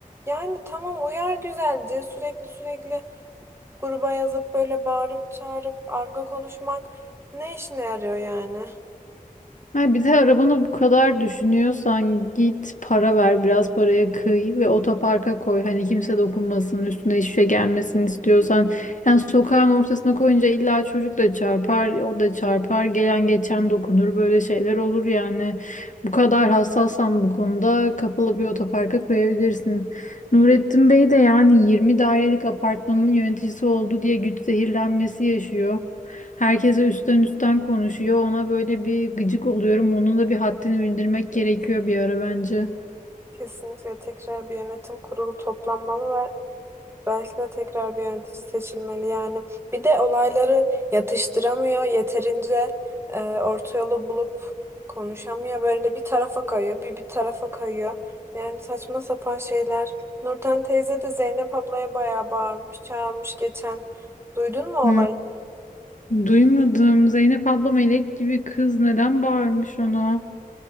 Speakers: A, on the right (about 15°); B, on the left (about 60°).
A: Yani tamam uyar güzelce sürekli sürekli gruba yazıp böyle bağırıp çağırıp argo konuşmak ne işine yarıyor yani?
B: Ha, bir de arabanı bu kadar düşünüyorsan git para ver biraz paraya kıy ve otoparka koy. Hani kimse dokunmasın üstüne hiçbir şey gelmesin istiyorsan. Yani sokağın ortasına koyunca illa çocuk da çarpar o da çarpar gelen geçen dokunur böyle şeyler olur yani. Bu kadar hassassan bu konuda kapalı bir otoparka koyabilirsin. Nurettin Bey de yani 20 dairelik apartmanın yöneticisi oldu diye güç zehirlenmesi yaşıyor. Herkese üstten üstten konuşuyor. Ona böyle bir gıcık oluyorum. Onun da bir haddini bildirmek gerekiyor bir ara bence.
A: Kesinlikle tekrar bir yönetim kurulu toplanmalı Belki de tekrar bir yönetici seçilmeli yani. Bir de olayları yatıştıramıyor, yeterince e, orta yolu bulup konuşamıyor. Böyle bir tarafa kayıyor, bir bir tarafa kayıyor. Yani saçma sapan şeyler. Nurten teyze de Zeynep ablaya bayağı bağırmış, çağırmış geçen. Duydun mu olayı?
B: Hmm, Duymadım. Zeynep abla melek gibi kız neden bağırmış ona?